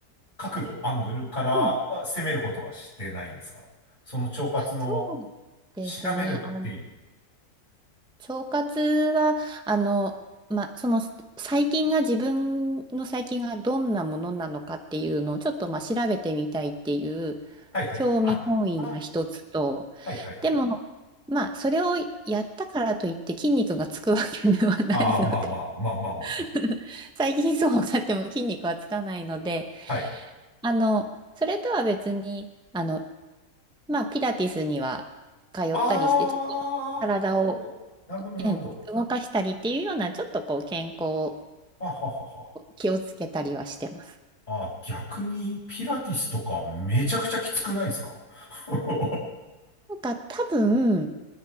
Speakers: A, on the left; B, in the centre.
A: 角度、アングルからは攻めることはしてないんですかその腸活の
B: うんそうですね。
A: 調べるっていう。
B: あの腸活は、あの、まあ、その細菌が自分の細菌がどんなものなのかっていうのをちょっとまあ調べてみたいっていう興味本位が一つと、
A: はいはい。あ、あ、はいはいはい。
B: でも、まあ、それをやったからといって筋肉がつくわけではないので
A: ああ、まあまあまあまあまあ。そう
B: <laughs> 最近そうなっても筋肉はつかないので、
A: はい。
B: あの、それとは別に、あの、まあ、ピラティスには通ったりして、
A: あー、
B: ちょっと体を
A: なるほど。なるほど、
B: ええ動かしたりっていうような、
A: なるほど。
B: ちょっとこう健康を
A: あははは。
B: 気をつけたりはしてます。
A: あ、逆にピラティスとかめちゃくちゃきつくないですか <laughs>
B: なんか多分、